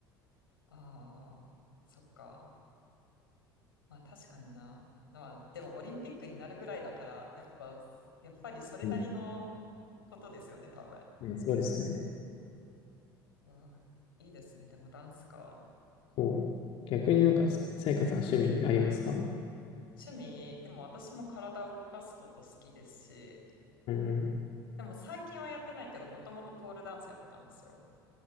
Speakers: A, on the left; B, on the left.
A: ああ、そっか。まあ確かにな。まあでもオリンピックになるぐらいだから、やっぱ、やっぱりそれなりの
B: うん。い
A: ことですよね、多分。
B: や、そうですね。
A: わあ、いいですね。でもダンスか。
B: そう。逆になんか、ささやかさん趣味ありますかうん
A: 趣味、でも私も体を動かすこと好きですし、
B: うん。
A: でも最近はやってないけど、もともとポールダンスやってたんですよ。